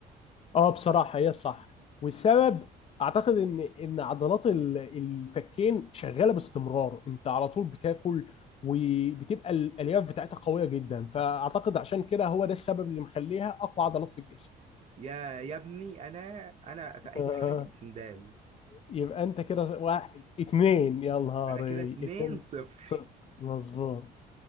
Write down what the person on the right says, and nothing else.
يا يا ابني انا انا في اي
حاجة سندال
انا كده 2
صفر